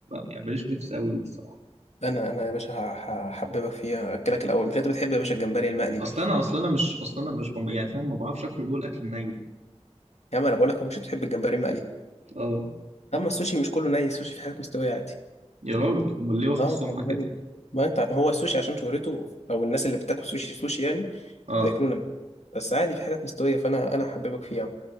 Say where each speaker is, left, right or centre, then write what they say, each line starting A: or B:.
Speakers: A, on the right; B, on the left.
A: يعني ماليش نفس قوي ليه الصراحه
B: أنا أنا يا باشا ه- ه- هحببك فيها أكلك الأول مش أنت بتحب يا باشا الجمبري المقلي
A: اصل انا اصل انا مش اصل انا مش بم- يعني فاهم ما بعرفش اكل اللي هو الاكل الني ده
B: يا عم أنا بقول لك هو مش بتحب الجمبري المقلي
A: اه
B: أما السوشي مش كله ني السوشي في حاجات مستوية عادي
A: يا راجل امال ليه واخد
B: أه
A: السمعه
B: جمبري
A: كده
B: ما أنت هو السوشي عشان شهرته أو الناس اللي بتاكل سوشي سوشي يعني
A: اه
B: بياكلونا بس عادي في حاجات مستوية فأنا أنا هحببك فيها